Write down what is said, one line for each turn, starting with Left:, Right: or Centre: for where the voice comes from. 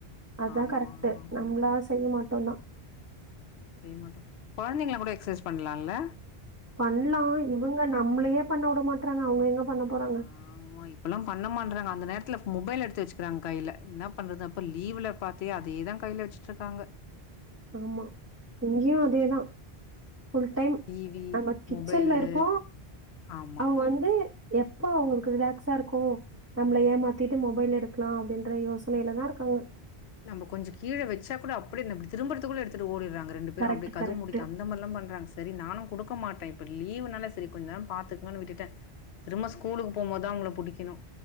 Right: அதா
Left: ஆமா,
Right: கரெக்ட்டு
Left: ஆமா.
Right: நம்ளா செய்ய மாட்டோ தா
Left: ம் செய்ய மாட்டோ கொழந்தைங்கள கூட எக்சைஸ் பண்லால்ல
Right: பண்லா இவுங்க நம்ளையே பண்ண வுட மாட்றாங்க அவுங்க எங்க பண்ண போறாங்க
Left: ஆமா இப்பெல்லா பண்ண மாட்றாங்க அந்த நேரத்ல மொபைல் எடுத்து வச்க்கிறாங் கையில என்ன பண்றது அப்ப லீவ்ல பாத்தி அதே தா கைல வச்சிட்ருக்காங்க
Right: ஆமா இங்கியு அதே தா ஃபுல் டைம்
Left: டிவி,
Right: நம்ம கிச்சன்ல
Left: மொபைலு.
Right: இருப்போ
Left: ஆமா.
Right: அவுங்க வந்து எப் ப்தா அவுங்ளுக்கு ரிலாக்ஸா இருக்கு நம்மள ஏமாத்திட்டு மொபைல் எடுக்லா அப்டின்ற யோசனைல தா இருக்காங்க
Left: நம்ப கொஞ்ச கீழ வெச்சா கூட அப்டியே நம்படி திரும்பறத்துக்குள்ள எடுத்துட்டு ஒடிற்றாங்க ரெண்டு பேரு
Right: கரெக்ட்,
Left: அப்டி கதவு
Right: கரெக்ட்.
Left: மூடிக் அந் இந்த மார்ல்லா பண்றாங்க செரி நானு குடுக்க மாட்டே இப்ப லீவுனால செரி கொஞ் நேரம் பாத்துக்ங்கன் விட்டுட்டே திரும்ப ஸ்கூலுக்கு போம்போத் தா அவுங்கள புடிக்கணு